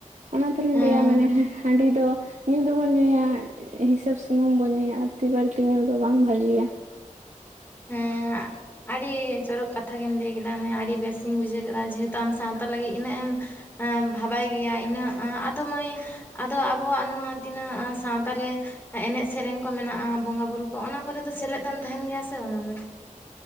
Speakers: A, on the right (about 60°); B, on the left (about 15°).
A: ᱚᱱᱟ ᱛᱮᱞᱤᱧ
B: ᱦᱮᱸ
A: ᱞᱟᱹᱭᱟ ᱢᱟᱱᱮ ᱦᱟᱺᱰᱤ ᱫᱚ ᱧᱩ ᱫᱚᱵᱚᱱ ᱧᱩᱭᱟ᱾ ᱦᱤᱥᱟᱹᱵ ᱥᱩᱢᱩᱝ ᱵᱚᱱ ᱧᱩᱭᱟ ᱟᱨᱲᱛᱤ ᱵᱟᱹᱲᱛᱤ ᱧᱩ ᱫᱚ ᱵᱟᱝ ᱵᱷᱟᱜᱮᱭᱟ᱾
B: ᱦᱮᱸ ᱟᱹᱰᱤ ᱪᱚᱨᱚᱠ ᱠᱟᱛᱷᱟ ᱜᱮᱢ ᱞᱟᱹᱭ ᱠᱮᱫᱟ ᱢᱟᱹᱭ ᱟᱹᱰᱤ ᱵᱮᱥᱤᱧ ᱵᱩᱡᱷᱟᱹᱣ ᱠᱮᱫᱟ ᱡᱮᱦᱮᱛᱩ ᱟᱢ ᱥᱟᱶᱛᱟ ᱞᱟᱹᱜᱤᱫ ᱤᱱᱟᱹᱜ ᱮᱢᱼᱼ ᱵᱷᱟᱵᱟᱭ ᱜᱮᱭᱟ ᱤᱱᱟᱹᱜ ᱟᱫᱚ ᱢᱟᱹᱭ ᱟᱫᱚ ᱟᱵᱚᱣᱟᱜ ᱱᱚᱣᱟ ᱛᱤᱱᱟᱹᱜᱼᱼ ᱥᱟᱶᱛᱟ ᱨᱮ ᱮᱱᱮᱡ ᱥᱮᱨᱮᱧ ᱠᱚ ᱢᱮᱱᱟᱜ-ᱟ ᱵᱚᱸᱜᱟ ᱵᱩᱨᱩ ᱠᱚ ᱚᱱᱟ ᱠᱚᱨᱮ ᱫᱚ ᱥᱮᱞᱮᱫᱮᱢ ᱛᱟᱦᱮᱱ ᱜᱮᱭᱟ ᱥᱮ ᱵᱟᱝᱟ ᱢᱟᱹᱭ?